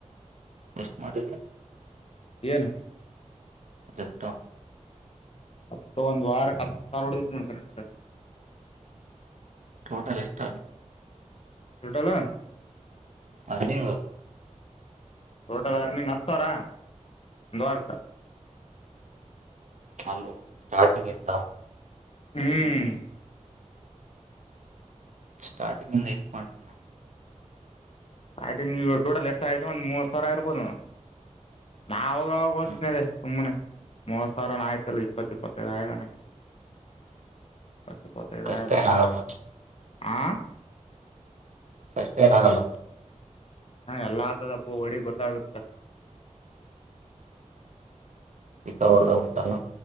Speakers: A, on the right; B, on the left.
A: ಎಷ್ಟು ಮಾಡಿದ
B: ಏನು
A: ಜೆಪ್ಟೋ
B: ಅಪ್ಪ ಒಂದು ವಾರ ಕ ಹತ್ತು ಸಾರೋಡ ಇದ್ ನ ಕರೆಟ್
A: ಟೋಟಲ್ ಇಷ್ಟ
B: ಟೊಟಲ್ಲ
A: ಅ ನೀವು
B: ಟೋಟಲ್ ಅರ್ನಿಂಗ್ ಹತ್ತಾರ ಒಂದು್ ವಾರ
A: ಹಲ ಸ್ಟಾರ್ಟಿಂಗ್ ಇಂತ
B: ಹ್ಮ್
A: ಸ್ಟಾರ್ಟಿಂಗ್ ಎಷ್ಟ ಮಾಡಿದ್ದ
B: ಆಟಂಗ ನೀವು ಟೋಟಲ್ ಎಷ್ಟ ಆಯ್ತು ಒಂದ್ ಮೂವತ್ ಸಾವಿರ ಇರ್ಬೋದು ನೋಡ ನಾ ಅವಾಗವಾಗ ಓದಿದ್ನ
A: ಹ್ಮ್
B: ಸುಮ್ಮ್ನೆ ಮೂವತ್ ಸಾವಿರಾನ ಆಯ್ತಲ್ಲ ಇಪ್ಪತ್ತ ಇಪ್ಪತ್ತೈದು ಆಯತಾನ ಅತ್ತೆ ಪತ್ತ ಬದ
A: ಕಷ್ಟ ಏನಾಗಲ್ಲ
B: ಆ
A: ಕಷ್ಟ ಏನಾಗಲ್ಲ
B: ಎಲ್ಲ ಆತದ ಅಪ್ಪ ಹೊಡಿ ಗೊತ್ತಾಗುತ್ತ
A: ಅವದಾಗತ್ತಲ್ಲ